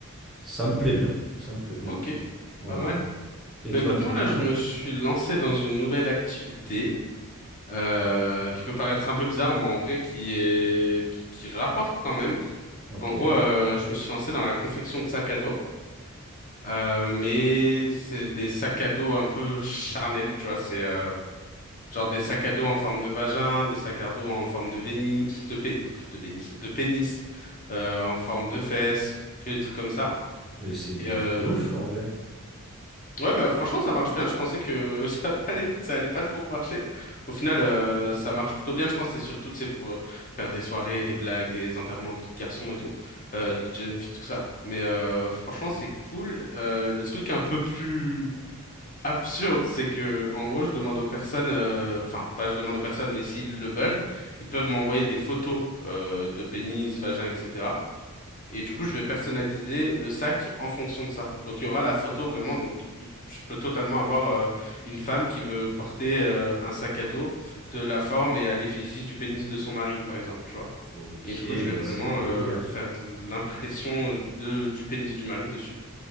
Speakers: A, in the centre; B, on the left.
A: ça me plaît bien. Ça me plaît bien.
B: Ok,
A: Voilà.
B: pas mal.
A: Et
B: Bah
A: toi,
B: écoute,
A: du
B: moi
A: coup,
B: là, je
A: ouais?
B: me suis lancé dans une nouvelle activité. euh, qui peut paraître un peu bizarre, mais en vrai qui est qui, qui rapporte quand même.
A: Ok.
B: En gros, euh, je me suis lancé dans la confection de sacs à dos, euh, mais c'est des sacs à dos un peu charnels, tu vois. C'est euh, genre des sacs à dos en forme de vagin, des sacs à dos en forme de véni, de pé- de vénis, de pénis, euh, en forme de fesses, que des trucs comme ça.
A: Mais c'est une
B: euh,
A: idée de ouf, en vrai.
B: Ouais, bah, franchement, ça marche bien. Je pensais que <laughs> ça allait, ça allait pas trop marcher. Au final, euh, ça marche plutôt bien. Je pense que c'est surtout, tu sais, pour euh, faire des soirées, des blagues, des enterrements de vie de garçon et tout, euh, de vie de jeune fille, tout ça. Mais euh, franchement, c'est cool. Euh, le truc un peu plus absurde, c'est que, en gros, je demande aux personnes, euh, enfin, pas je demande aux personnes, mais s'ils le veulent, ils peuvent m'envoyer des photos euh, de pénis, vagin, etc. Et du coup, je vais personnaliser le sac en fonction de ça. Donc, il y aura la photo vraiment. Donc, il- je peux totalement avoir euh, une femme qui veut porter euh, un sac à dos de la forme et à l'effigie du pénis de son mari, par exemple, tu vois.
A: Ok,
B: Et du coup, je vais
A: mais
B: vraiment
A: c'est un délire.
B: euh, faire de l'impression de du pénis du mari dessus.